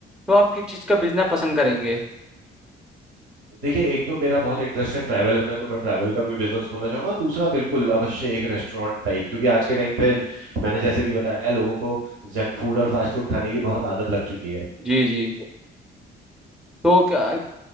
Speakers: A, in the centre; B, on the right (about 80°).
A: तो आप किस चीज का बिजनेस पसंद करेंगे
B: देखिए एक तो मेरा बहुत इंटरेस्ट है ट्रैवल में तो मैं ट्रैवल का कोई बिजनेस खोलना चाहूंगा दूसरा बिल्कुल अवश्य एक रेस्टोरेंट टाइप क्योंकि आज के टाइम पे मैंने जैसे कि बताया लोगों को जंक फूड और फास्ट फूड खाने की बहुत आदत लग चुकी है
A: जी जी तो क्या